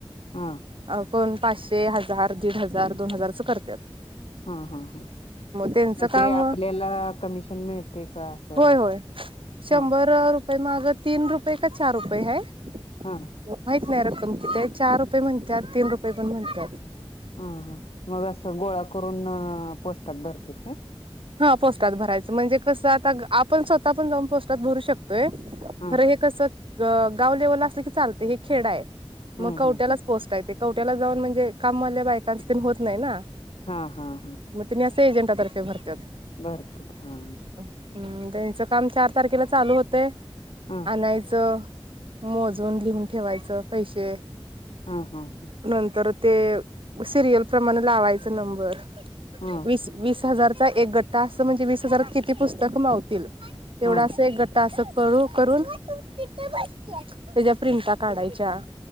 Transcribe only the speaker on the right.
अ ब कोण पाचशे हजार दीड हजार दोन हजारच करत्यात.
त्यांचं
काम
होय होय शंभर
रुपये मागं तीन रुपये का चार रुपये हाय.
माहित नाही रक्कम कितीय चार रुपये म्हणतात तीन रुपय पण म्हणत्यात.
हा पोस्टात भरायचं म्हणजे कसं आता आपण स्वतः पण जाऊन पोस्टात भरू शकतोय
खर हे कस गाव लेवलला असल की चालतय हे खेडाय
मग कवट्यालाच
पोच - ता येतय कवट्याला जाऊन म्हणजे कामवाल्या बायकांच तेन होत नाही ना.
म त्यानी अस एजंटा तरफे भरतात.
हम्म त्यांचं काम चार तारखेला चालू होतय
आणायचं - मोजून लिहून ठेवायचं पैशे.
नंतर ते सिरियल प्रमाण लावायच नंबर.
वीस हजार चा एक गट्टा अस म्हणजे वीस हजारात किती पुस्तक मावतील. तेवढा
असं एक गट्टा असं कळू करून त्याच्या प्रिंटा काढायच्या.